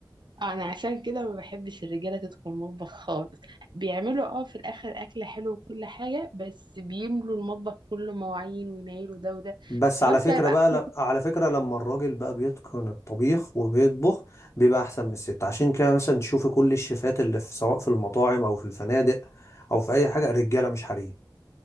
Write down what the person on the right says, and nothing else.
آه، انا عشان كده ما بحبش الرجاله تدخل المطبخ خالص بيعملوا اه في الاخر اكل حلو وكل حاجه بس بيملوا المطبخ كله مواعين وينيلوا ده وده
خلاص
لا يبقى
احنا